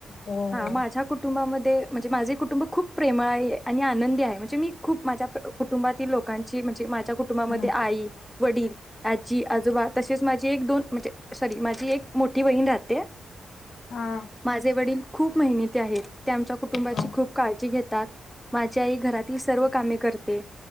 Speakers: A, on the left; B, in the centre.
A: हो
B: हा
A: हो.
B: माझ्या कुटुंबामध्ये म्हणजे माझे कुटुंब खूप प्रेमळ आहे आणि आनंदी आहे म्हणजे मी खूप माझ्या कुटुंबातील लो लोकांची म्हणजे माझ्या कुटुंबामध्ये
A: हा.
B: आई वडील आजी आजोबा तसेच माझी एक दोन म्हणजे सॉरी माझी एक मोठी बहीण राहत
A: हा
B: माझे वडील खूप मेनती आहेत ते आमच्या कुटुंबाची
A: हा.
B: खूप काळजी घेत त्यात माझी आई घरातील सर्व कामे करते,